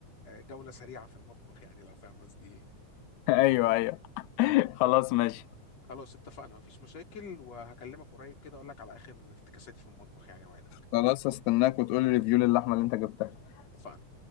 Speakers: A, on the left; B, on the left.
A: جوله سريعه في المطبخ يعني لو فاهم قصدي ايه
B: <laughs> ايوه ايوه <laughs> خلاص ماشي
A: خلاص اتفقنا مفيش مشاكل وهكلمك قريب كده اقول لك على اخر افتكاساتي في المطبخ يعني وعدك
B: خلاص هستناك وتقولي ريفيو للحمه اللي انت جبتها
A: اتفقنا